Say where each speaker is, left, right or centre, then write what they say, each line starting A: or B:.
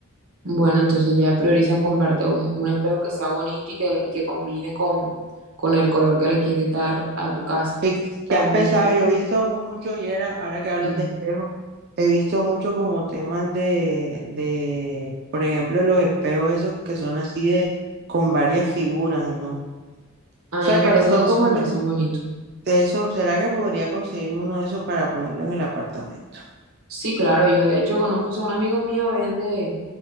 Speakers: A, on the right; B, on the right.
A: Bueno, entonces ya priorizan comprarte un, un espejo que sea bonito y que, y que combine con, con el color que le quieres dar a tu casa.
B: ¿Qué, qué
A: También,
B: has pensado? Yo he visto mucho, y era, ahora que hablas
A: ujú,
B: de espejo, he visto mucho como temas de, de, por ejemplo, los espejos esos que son así de, con varias figuras, ¿no? O
A: a
B: sea,
A: mí me parecen
B: que no son
A: esos,
B: como...
A: me
B: en-
A: parecen
B: e,
A: bonitos.
B: de Eso, ¿será que podría conseguirme uno de esos para ponerlo en el apartamento?
A: Sí, claro, yo de hecho conozco, o sea, un amigo mío vende,